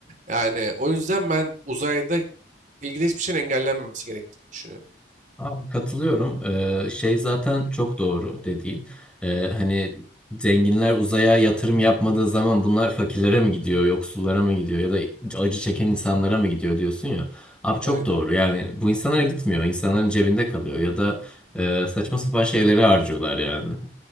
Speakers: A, on the right (about 45°); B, in the centre.
A: Yani o yüzden ben uzayda ilgili hiçbir şeyin engellenmemesi gerektiğini düşünüyorum.
B: Abi katılıyorum. Ee, şey zaten çok doğru dediğin. Ee, hani zenginler uzaya yatırım yapmadığı zaman bunlar fakirlere mi gidiyor, yoksullara mı gidiyor ya da acı çeken insanlara mı gidiyor diyorsun ya. Abi çok
A: Aynen.
B: doğru. Yani bu insanlara gitmiyor. İnsanların cebinde kalıyor ya da e, saçma sapan şeyleri harcıyorlar yani